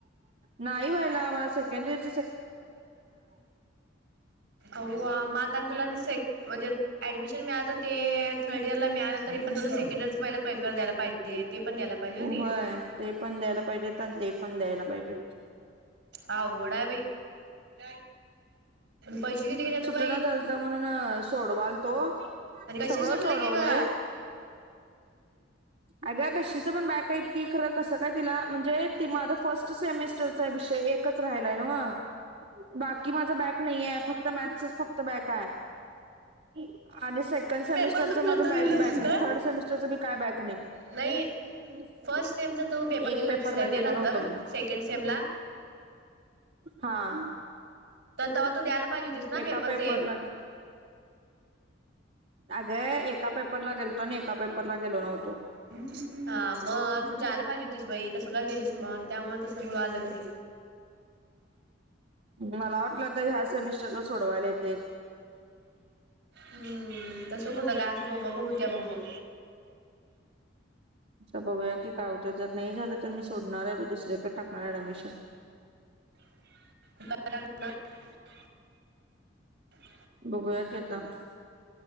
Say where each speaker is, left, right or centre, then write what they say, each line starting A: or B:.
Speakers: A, on the right; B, on the right.
A: नाही व्हायला आम्हाला स केंदीज
B: औआ म आता आनी तुला आनी सेक म्हणजे ऍडमिशन मिळालं तर ते ए थर्ड इयर ला मिळालं तरी पण तुला सेकंड इयरच पहिला पैपर द्यायला पाहिजे ते पण द्यायला पाहिजे हुयनी
A: होय ते पण द्यायला पाहिजेत आणि ते पण द्यायला पाहिजे
B: आवगड हाय बई. <unintelligible> पैशे किती घेत्या तू ब
A: <unintelligible> झालतं म्हणून सोडवालतो
B: आणि कशी
A: सगळं
B: सुटले
A: सोडवलोय.
B: की ग
A: अगं <unintelligible> <unintelligible> पण बॅक हाईत ती खरं तसं काय तिला म्हणजे ते माझा फर्स्ट सेमिस्टरचा विषय एकच राहिलाय. नव्हं बाकी म बॅक नाहीये फक्त मॅथ्सच फक्त बॅक आहे. <inaudible> आणि सेकंड सेमिस्टरच
B: पेपर तुम्ही
A: माझं
B: नंतर
A: काहीच
B: दिले होतीस
A: बॅक नाही
B: का
A: थर्ड सेमिस्टरच बी काय बॅक नाही
B: नाही
A: <unintelligible>
B: फर्स्ट सेमचा तू पेपर
A: एक
B: दिले
A: पेपरला
B: होतीस काय
A: गेलो
B: ते नंतर
A: नव्हतो म्हणून
B: सेकंड सेमला
A: हां.
B: तर तवा तू द्यायला पाहिजे होतीस ना. पेपर
A: एका पेपरला
B: ते
A: अगं एका पेपरला गेलतो आणि एका पेपरला गेलो नव्हतो
B: हां म तू जायला पाहिजे होतीस बाई तसं का केलीस म त्यामुळं तसं <unintelligible> आलं क नाही.
A: मला वाटलं आता ह्या सेमिस्टर <unintelligible> सोडवायला ये
B: हम्म तसं कुठं काय असं बोंबा बोंब हो त्या बोललो.
A: आता बघूया की काय होतंय जर नाही झालं तर मी सोडणार आहे बाई दुसरीकडे टाकणार आहे ऍडमिशन.
B: <inaudible>
A: बघूया की आता.